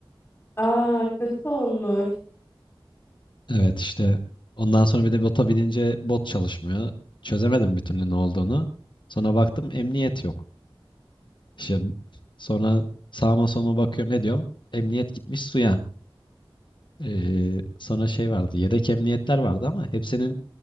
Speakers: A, on the left (about 25°); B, on the left (about 60°).
A: Aa kötü olmuş.
B: Evet işte ondan sonra bir de bota binince bot çalışmıyor. Çözemedim bir türlü ne olduğunu. Sonra baktım emniyet yok. İşte sonra sağıma soluma bakıyorum ediyorum. Emniyet gitmiş suya. Ee, sonra şey vardı. Yedek emniyetler vardı ama hepsinin